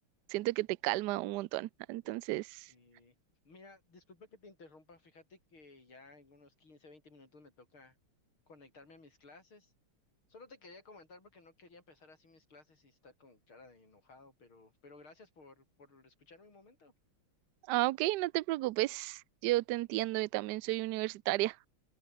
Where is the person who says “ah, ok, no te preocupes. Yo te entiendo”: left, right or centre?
Right